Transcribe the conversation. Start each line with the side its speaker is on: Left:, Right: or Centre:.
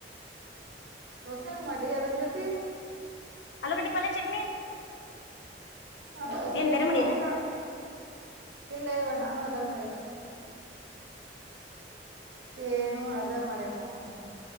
Right: ದೋಸೆನ ಮಾಡಿ ಯದಾರ್ ಜ್ಯೋತಿ
Left: ಆಲೂಗೆಡ್ಡಿ ಪಲ್ಯ ಚಟ್ನಿ
Right: ನಾನು
Left: ನೀನ್
Right: ಸೇಮಕ್ಕ
Left: ಬೇರೆ ಮಾಡಿ ಏನು
Right: ಇಲ್ಲ ಇವ ನಾನು ಅದ ಮಾಡೇನೆ ಏನು ಅದೇ ಮಾಡೇನ್ ನಾನು